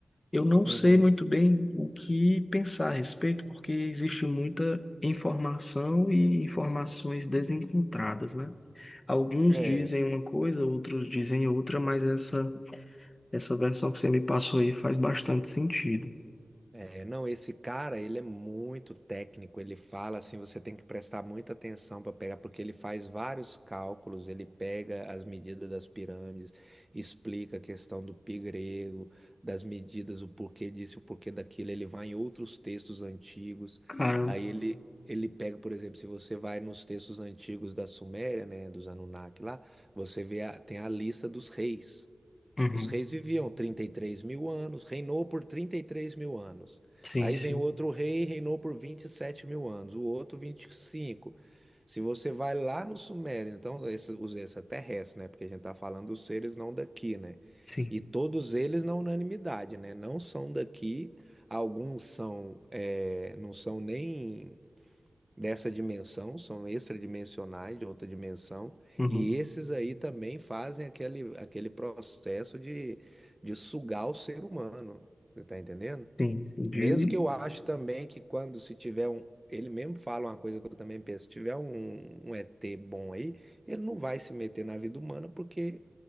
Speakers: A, on the left; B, on the right.
A: Eu não
B: Uhum.
A: sei muito bem o que pensar a respeito, porque existe muita informação e informações desencontradas, né? Alguns
B: É,
A: dizem uma coisa, outros dizem outra, mas essa, essa versão que você me passou aí faz bastante sentido.
B: é, não, esse cara, ele é muito técnico, ele fala assim, você tem que prestar muita atenção para pegar, porque ele faz vários cálculos, ele pega as medidas das pirâmides, explica a questão do pi grego, das medidas, o porquê disso, o porquê daquilo, ele vai em outros textos antigos,
A: Cara,
B: aí ele, ele pega, por exemplo, se você vai nos textos antigos da Suméria, né, dos Anunnaki lá, você vê, a- tem a lista dos reis.
A: uhum,
B: Os reis viviam 33 mil anos, reinou por 33 mil anos.
A: sim,
B: Aí
A: sim,
B: vem outro rei, reinou por 27 mil anos, o outro 25. Se você vai lá no Sumério, então, esse, os extraterrestres, né? Porque a gente está falando dos seres não daqui, né?
A: sim,
B: E todos eles na unanimidade, né? Não são daqui, alguns são, é, não são nem dessa dimensão, são extradimensionais de outra dimensão,
A: uhum,
B: e esses aí também fazem aquele, aquele processo de, de sugar o ser humano, você tá entendendo?
A: sim, sim. De-
B: Mesmo que eu acho também que quando se tiver um, ele mesmo fala uma coisa que eu também penso, se tiver um, um ET bom aí, ele não vai se meter na vida humana porque